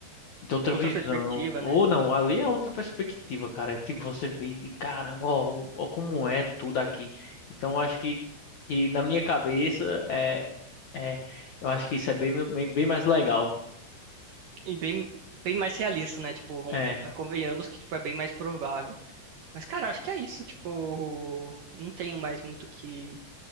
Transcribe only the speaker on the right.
Outra
perspectiva,
né?
E bem, bem mais realista, né? Tipo, vamos-
eh, convenhamos que tipo, é bem mais provável. Mas, cara, acho que é isso. Tipo, não tenho mais muito o que.